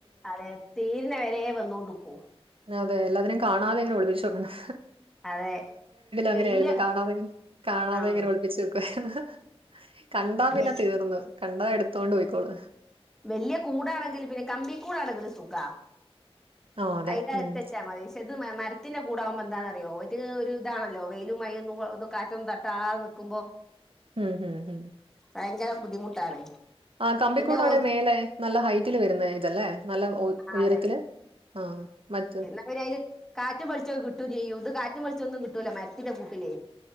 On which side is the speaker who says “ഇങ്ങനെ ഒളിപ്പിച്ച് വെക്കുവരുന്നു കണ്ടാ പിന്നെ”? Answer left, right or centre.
Right